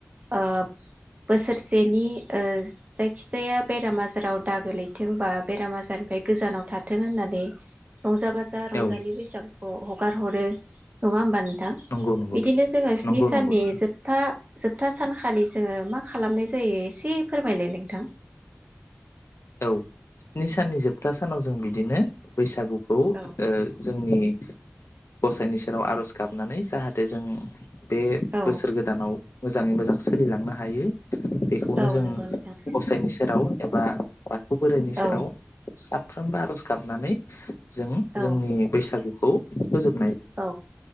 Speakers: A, on the right; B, on the left.
A: ओ बोसोरसेनि जायखिजाया बेराम आजाराव दागो लैथोंबा बेराम आजारनिफ्राय गोजानाव थाथों होननानै रंजा बाजा रंजालि
B: औ
A: बैसागु हगार हरो नङा होमबा नो थां
B: नंगौ नंगौ
A: बिदिनो जोङो स्नि
B: नंगौ
A: साननि
B: नंगौ नंगौ
A: जोबथा जोबथा सानखालि जोङो मा खालामनाय जायो एसे फोरमायलाय नोंथां।
B: औ स्नि साननि जोबथा सानाव जों बिदिनो बैसागु खौ ओ
A: औ
B: जोंनि गसाइनि सेराव आर'ज गाबनानै जाहाथे जों बे
A: औ
B: बोसोर गोदानाव मोजाङै मोजां सोलिलांनो हायो। बेखौनो
A: औ
B: जों
A: नंगौ नोंथां
B: गसायनिसेराव आव एबा बाथौ बोरायनि सेराव
A: औ
B: साफ्रोमबो आर'ज गाबनानै जों
A: औ
B: जोंनि बैसागु खौ फोजोबो
A: औ